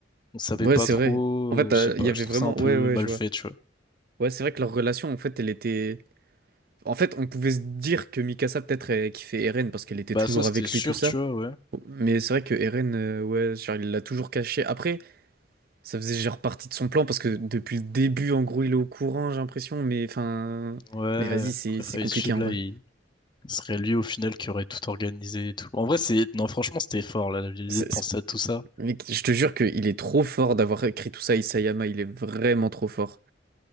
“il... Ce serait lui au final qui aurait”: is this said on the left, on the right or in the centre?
Left